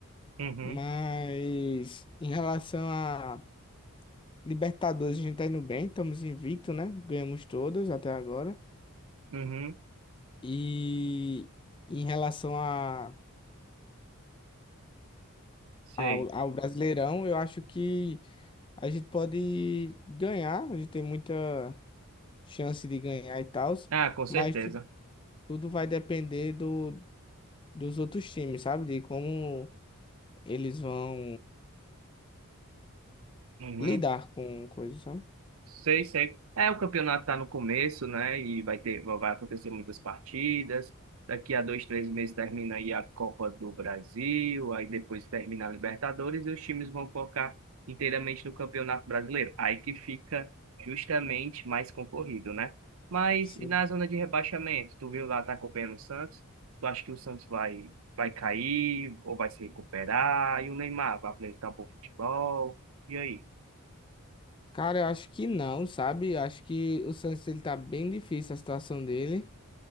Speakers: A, on the right; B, on the left.
A: Uhum,
B: Mas em relação a Libertadores, a gente tá indo bem, estamos invicto, né? Ganhamos todas até agora.
A: uhum,
B: E em relação a,
A: sei.
B: ao, ao Brasileirão, eu acho que a gente pode ganhar, a gente tem muita chance de ganhar e tal,
A: Ah, com certeza.
B: mas tu- tudo vai depender do, dos outros times, sabe? De como eles vão
A: Uhum.
B: lidar com coisas, sabe?
A: Sei, sei. É, o campeonato está no começo, né? E vai ter, vai acontecer muitas partidas. Daqui a dois, três meses termina aí a Copa do Brasil, aí depois termina a Libertadores e os times vão focar inteiramente no Campeonato Brasileiro. Aí que fica justamente mais concorrido, né? Mas
B: Sim.
A: e na zona de rebaixamento, tu viu lá, tá acompanhando o Santos? Tu acha que o Santos vai, vai cair ou vai se recuperar? E o Neymar vai apresentar um bom futebol? E aí?
B: Cara, eu acho que não, sabe? Eu acho que o Santos ele tá bem difícil a situação dele.